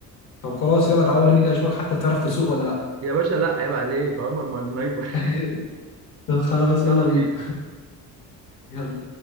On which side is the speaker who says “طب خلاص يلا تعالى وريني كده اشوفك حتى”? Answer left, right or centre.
Left